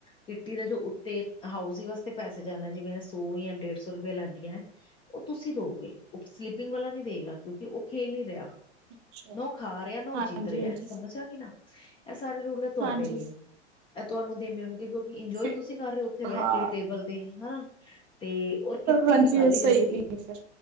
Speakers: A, on the left; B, on the right.
A: ਕਿਟੀ ਦਾ ਜੋ ਉਤੇ ਹਾਊਸੀ ਵਾਸਤੇ ਪੈਸੇ ਜਾਂਦਾ ਜਿਵੇਂ ਸੋ ਯਾਂ ਡੇਢ ਸੋ ਰੁਪਏ ਲੈਂਦੀਆਂ। ਓਹ ਤੁਸੀਂ ਦੋਗੇ ਓਹ ਸਲਿਪਿੰਗ ਵਾਲਾ ਨਈ ਦੇਗਾ, ਕਿਉਂਕਿ ਓਹ ਖੇਲ ਨੀ ਰੇਆ।
B: ਅੱਛਾ।
A: ਨ ਓ ਖਾ ਰੇਆ, ਨਾ ਓ
B: ਹਾਂਜੀ
A: ਜਿੱਤ ਰੇਆ,
B: ਹਾਂਜੀ
A: ਸਮਝ ਆ ਗੀ ਨਾ। ਐ ਸਾਰੇ ਰੂਲ ਨੇ ਤੁਹਾਡੇ
B: ਹਾਂਜੀ
A: ਨੇ, ਐਹ ਤੁਹਾਨੂੰ ਦੇਂਨੇ ਹੋਣਗੇ ਕਿਉ ਇੰਜੋਏ
B: ਫਿਰ
A: ਤੁਸੀਂ ਕਰ ਰਏ ਓ ਉਥੇ ਬੈਅ
B: ਹਾਂ
A: ਕੇ ਟੇਬਲ ਤੇ ਹੈਨਾ, ਤੇ ਔਰ ਕਿੱਟੀ
B: ਹਾਂਜੀ
A: ਨਿਕਾਲੀ ਜਾਂਦੀ,
B: ਸਹੀ ਵੀ ਫਿਰ